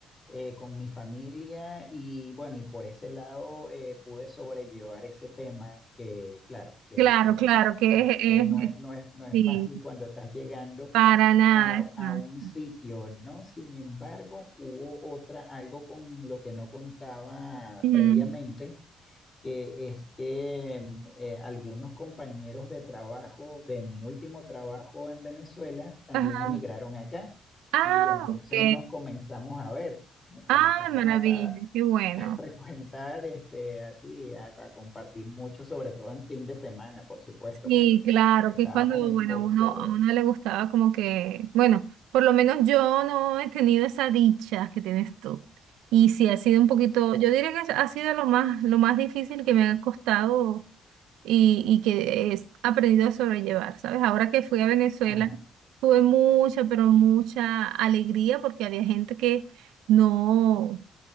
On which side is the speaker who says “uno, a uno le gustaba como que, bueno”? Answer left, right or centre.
Right